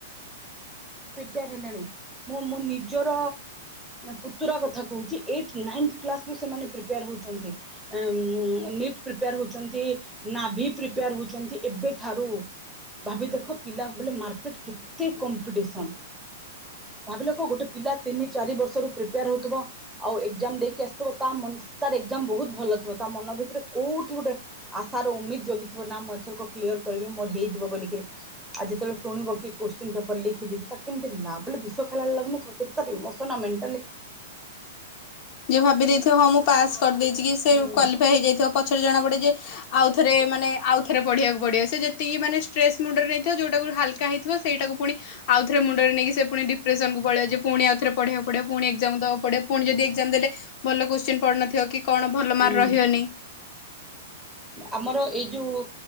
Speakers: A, in the centre; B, on the left.
A: ହେଣି ମୁଁ ମୋ ନିଜର ପୁତୁରା କଥାମାନେି। ଟ୍ ପ୍ରିପୋର ହଉଛନ୍ତି ନାଭି ପ୍ରିପେୟାର ହଉଛନ୍ତି ଏବେଠାରୁ ଭାବି ଦେଖ ପିଲା ବ ମେଟ କେତେ କମ୍ପିସ ଭାବି ଦେଖ ଗୋଟେ ପିଲା ତିନି ଚାରି ବର୍ଷରୁ ପ୍ରିପେୟାର ହଉଥିବ ଆଉ ଏଜାମ ଦେଇକି ଆସିିବ ତା ବତ ଭଲ। ତା ମନ ଭିତରେ କୋଉଠି ଗୋଟେ ଆଶାର ଉମିଦ ଜଗିଥିବ ନା ମୁଁ ଏଥରକ କ୍ୟର କରିବି ମୋର ହେଇଯିବ ବୋଲିକିରି ଆଉ ଯେତେବେଳେ ଶୁଣିବ କି କୋ୍ଚି ପେପର ଲଖିାଇ ତା କେମତି ନା ବ ବିଶ ଖେଲା ଲାଗୁନଥିବ କିାର ଇ ମେଣ୍ଟା।
B: ଯିଏ ଭାବି ଦେଇଥିବ ହଁ ମୁଁ ପାସ୍ କରିଦେଇଛି କି ସେ
A: ହୁଁ
B: କ୍ୱାଲିଫାଏ ହେଇଯାଇଥିବ ପଛରେ ଜଣା ପଡେ ଯେ ଆଉଥରେ ମାନେ ଆଉଥରେ ପଢେଇିବାକୁ ପଡିବ ସେ ଯେତିକି ମାନେ ଷ୍ଟ୍ରେସ ମୁଣ୍ଡରେ ନେଇଥିବ ଯଉଟାକୁ ହାଲକା ହେଇଥିବ ସେଇଟାକୁ ପୁଣି ଆଉଥରେ ମୁଣ୍ଡରେ ନେଇକି ସେ ପୁଣି ଡିପ୍ରେସନକୁ ପଳିବ ଯେ ପୁଣି ଆଉଥରେ ପଢେଇବାକୁ ପଡିବ ପୁଣି ଏକ୍ସାମ ଦବା ପଡିବ ପୁଣି ଯଦି ଏକ୍ସାମ୍ ଦେଲେ ଭଲ କୋଶ୍ଚିନ ପଢୁନଥିବ କି କଣ ଭଲ ମାର୍କ
A: ହୁଁ।
B: ରହିବନି।
A: ଆମର ଏଇ ଯୋଉ